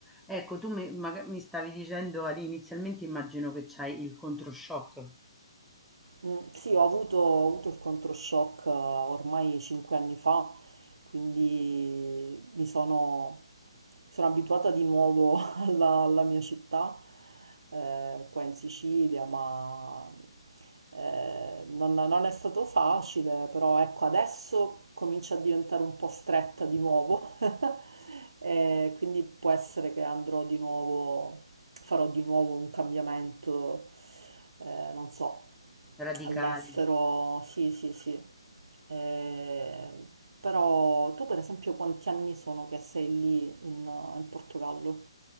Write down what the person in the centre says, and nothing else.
Ecco, tu mi, maga- mi stavi dicendo all'inizialmente, immagino che c'hai il controshock.
Radicale.